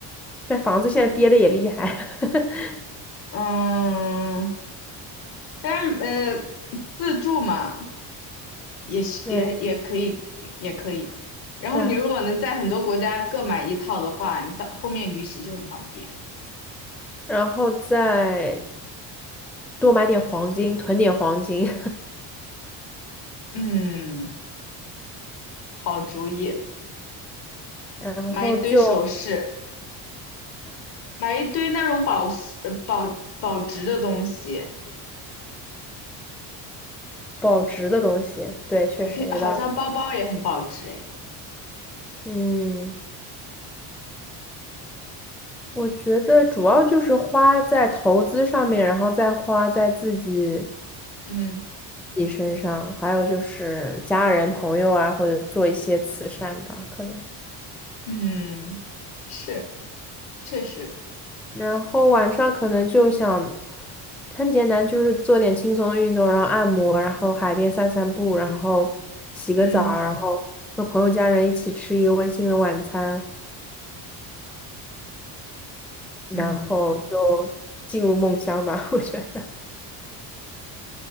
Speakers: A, in the centre; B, on the left.
A: 但房子现在跌的也厉害。<laughs>
B: 嗯，但是呃，自住嘛，也是也也可以，
A: 对，
B: 也可以。然后你如果能在很多国家各买一套的话，
A: 是啊，
B: 你到后面旅行就很方便。
A: 然后再多买点黄金，囤点黄金，
B: 嗯，好主意，
A: <laughs> 然后就
B: 买一堆首饰，买一堆那种保呃保保值的东西。
A: 保值的东西。对，确实有道理。
B: 我听好像包包也很保值诶。
A: 嗯。我觉得主要就是花在投资上面，然后再花在自己
B: 嗯。
A: 自己身上，还有就是家人朋友啊，或者做一些慈善吧，可能。
B: 嗯，是，确实，
A: 然后晚上可能就想，很简单，就是做点轻松的运动，然后按摩，然后海边散散步，然后洗个澡，
B: 嗯
A: 然后和朋友家人一起吃一个温馨的晚餐，然后就进入梦乡吧，
B: 嗯，
A: <laughs> 我觉得。